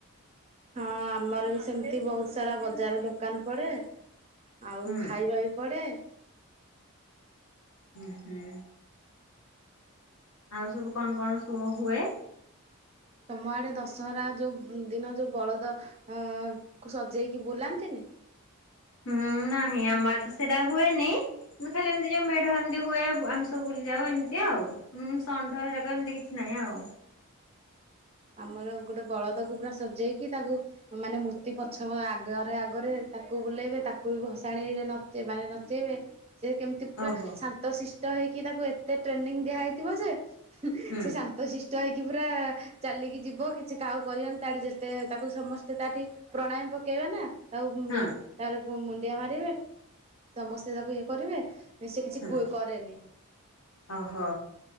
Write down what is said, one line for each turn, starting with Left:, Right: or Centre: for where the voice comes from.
Right: ହଁ ଆମର ବି ସେମିତି ବହୁତ ସାରା ବଜାର ଦୋକାନ ପଡ଼େ। ଆଉ
Left: ହୁଁ
Right: ଖାଇବା ବି ପଡ଼େ।
Left: ହୁଁ, ହୁଁ। ଆଉ ସବୁ କଣ କଣ ସବୁ ହୁଏ।
Right: ତମ ଆଡ଼େ ଦଶହରା ଯେଉଁ ଦିନ ଯେଉଁ ବଳଦ ହଁ ସଜେଇକି ବୁଲାନ୍ତିନି।
Left: ହୁଁ ନାହିଁ ଆମ ଆଡ଼େ ତ ସେଇଟା ହୁଏନି। ମୁଁ ଖାଲି ଏମିତି ଜଉ ମେଢ ଏମିତି ହୁଏ ଆମେ ସବୁ ବୁଲି ଯାଉ ଏମିତି ଆଉ। ହଁ ଷଣ୍ଢ ହେରାକ ଏମିତି କିଛି ନାହିଁ ଆଉ।
Right: ଆମର ଗୋଟେ ବଳଦକୁ ପୁରା ସଜେଇକି ତାକୁ ମାନେ ମୂର୍ତ୍ତି ପଛ ଆଗରେ ଆଗରେ ତାକୁ ବୁଲେଇବେ ତାକୁ ବି ଭସାଣିରେ ନଚ ମାନେ ନଚେଇବେ। ସେ କେମତି ପୁରା
Left: ଓହୋ
Right: ଶାନ୍ତ ସିଷ୍ଟ ହେଇକି ତାକୁ ଏତେ ଟ୍ରେନିଂ ଦିଆ ହେଇଥିବ ଯେ
Left: ହୁଁ
Right: ସେ ଶା ତ ସିଷ୍ଟ ହେଇକି ପୁରା ଚାଲିକି ଯିବ, କିଛି କାହାକୁ କହିଁବନି ତାଠି ଯେତେ ତାକୁ ସମସ୍ତେ ତାଠି ପ୍ରଣାୟାମି ପକେଇବେ ନା। ତାକୁ
Left: ହଁ
Right: ତାର ମୁଣ୍ଡିଆ ମାରିବେ, ସମସ୍ତେ ତାକୁ ଇଏ କରିବେ। ବେଶୀ କିଛି
Left: ହଁ
Right: କରେନି।
Left: ଓହୋ